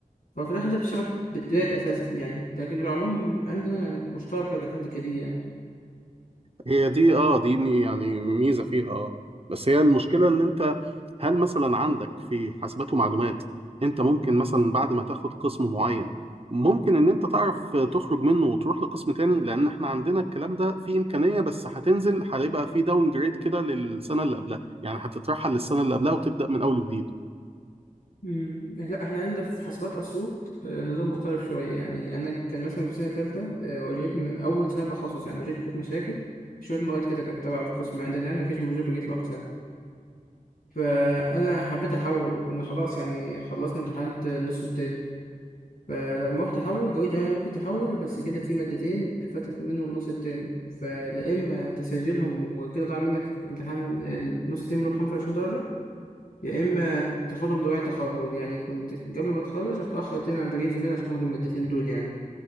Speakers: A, on the left (about 75°); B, on the right (about 45°).
A: ففي الآخر أنت بتشتغل بالتراك أساسا يعني لكن العلوم عندنا يعني مشتركة لحد كبير يعني.
B: هي دي اه دي مي- يعني ميزة فيها اه بس هي المشكلة ان انت هل مثلا عندك في حاسبات ومعلومات انت ممكن مثلا بعد ما تاخد قسم معين ممكن ان انت تعرف تخرج منه وتروح لقسم تاني لان احنا عندنا الكلام ده في امكانية بس هتنزل هيبقى في داون جريد كده للسنة اللي قبلها يعني هتترحل للسنة اللي قبلها وتبدأ من اول وجديد
A: مم. لا احنا عندنا في حاسبات اسيوط آه، نظام مختلف شويه يعني انا كان مثلا في سنه ثالثه واجهتني من اول سنه تخصص يعني واجهت شويه مشاكل شويه مواد كده كانت تبع القسم عندنا يعني ما كانش موجوده بقيه الاقسام فانا حبيت احول وكنا خلاص يعني خلصنا امتحانات النص التاني فلما رحت احول جوي تمام ممكن تحول بس كده في مادتين فاتك منهم نص الترم فلا اما تسجلهم وكده ضاع منك امتحان النص الترم ب 25 درجة يا اما تاخدهم دوائي تخرج يعني كنت قبل ما اتخرج هتاخر تاني عن بقيه زمايلي عشان اخد المادتين دول يعني